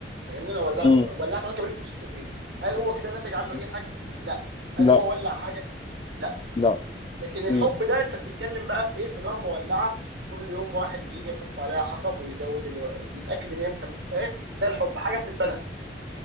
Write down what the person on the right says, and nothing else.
فاهمني انا ولعته
ولعت عود كبريت ومسكته في ايدي هل هو كده نتج عنه
اي حاجه لا هل
هو ولع حاجه لا
لكن الحب
ده انت بتتكلم بقى في ايه في نار مولعه كل يوم واحد بيجي يحط عليها حطب ويزود الو... يتاكد ان هي مكم... فاهم ده الحب حاجه بتتبنى